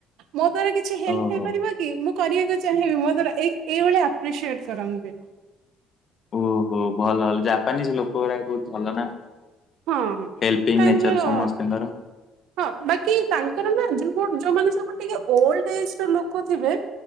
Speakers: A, on the right; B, on the left.
A: ମୋ ଦ୍ଵାରା କିଛି ହେଲ୍ପ
B: ଓହୋ
A: ହେଇପାରିବ କି? ମୁଁ କରିଆକୁ ଚାହିଁବି ମୋ ଦ୍ବାରା ଏ -ଏଇଭଳିଆ ଆପ୍ରିସିଏଟ କରନ୍ତି।
B: ଓହୋ ଭଲଲା ଜାପାନିଜ୍ ଲୋକ ଗୋରା ବହୁତ ଭଲ ନା।
A: ହଁ
B: ହେଲ୍ପିଙ୍ଗ
A: ତାଙ୍କର
B: ନେଚର ସମସ୍ତଙ୍କର
A: ହଁ ବାକି ତାଙ୍କର ନା ଯୋଉ। ଯୋଉଁ ମାନେ ସବୁ ଟିକେ ଓଲ୍ଡ ଏଜ ର ଲୋକ ଥିବେ